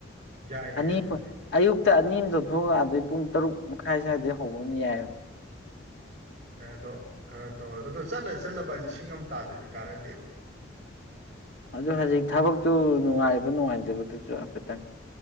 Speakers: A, on the right; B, on the left.
A: ꯌꯥꯏꯌꯦ
B: ꯑꯅꯤ
A: ꯑꯗꯨꯕꯨꯗꯤ
B: ꯑꯌꯨꯛꯇ ꯑꯅꯤ ꯑꯃ ꯇꯧꯊꯣꯛꯑꯒ ꯑꯗꯩ ꯄꯨꯡ ꯇꯔꯨꯛ ꯃꯈꯥꯏ ꯁ꯭ꯋꯥꯏꯗꯩ ꯍꯧꯕ ꯑꯃ ꯌꯥꯏꯑꯕ꯫
A: ꯌꯔꯦ ꯑꯗꯣ ꯈꯔ ꯇꯧꯔ ꯑꯗꯣ ꯆꯠꯂꯦ ꯆꯠꯂꯕ ꯂꯤꯁꯤꯡ ꯑꯃ ꯇꯥꯟꯗꯗꯤ ꯀꯥꯟꯅꯗꯦꯕ
B: ꯑꯗꯨ ꯍꯧꯖꯤꯛ ꯊꯕꯛꯇꯨ ꯅꯨꯡꯉꯥꯏꯔꯤꯕꯔ ꯅꯨꯡꯉꯥꯏꯇꯔꯤꯕꯗꯨꯁꯨ ꯍꯥꯏꯐꯦꯠꯇꯪ